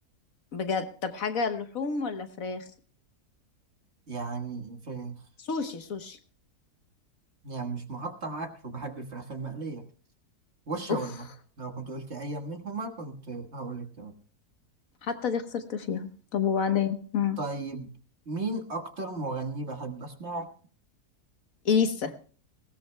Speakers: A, on the left; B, on the right.
A: بجد طب حاجة لحوم ولا فراخ
B: يعني فراخ
A: سوشي سوشي
B: يعني مش مقطع أكل وبحب الفراخ المقلية والشاورما
A: اوف
B: لو كنت قلت أي منهما كنت هقول لك
A: حتى دي خسرت فيها طب وبعدين مم.
B: طيب مين أكتر مغني بحب أسمعه؟
A: إليسا